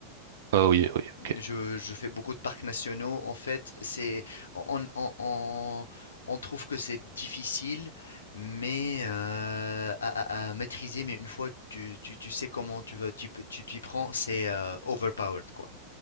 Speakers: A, on the right (about 55°); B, on the left (about 70°).
A: Ah oui, oui, ok.
B: Je, je fais beaucoup de parcs nationaux. En fait, c'est on, on, on- on trouve que c'est difficile, mais euh, à, à- à maîtriser. Mais une fois tu, tu, tu sais comment tu veux tu, tu t'y prends, c'est euh, overpowered quoi.